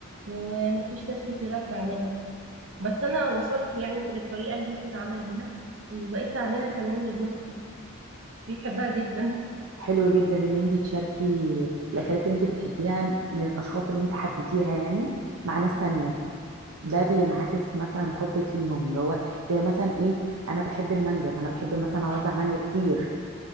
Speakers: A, on the right; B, on the right.
A: ومفيش ناس كتيرة بتعملها بس أنا وصلت يعني للطريقة اللي هي بتتعمل بيها وبقيت أعملها كمان لابن أختي بيحبها جدا
B: حلو جدا ان انت تشاركي الأكلات اللي انت بتحبيها من الأشخاص اللي انت حبيتيها يعني مع ناس تانية ده بينعكس مثلا حبك ليهم اللي هو زي مثلا ايه انا بحب المانجا فانا بحب مثلا اوزع مانجا كتير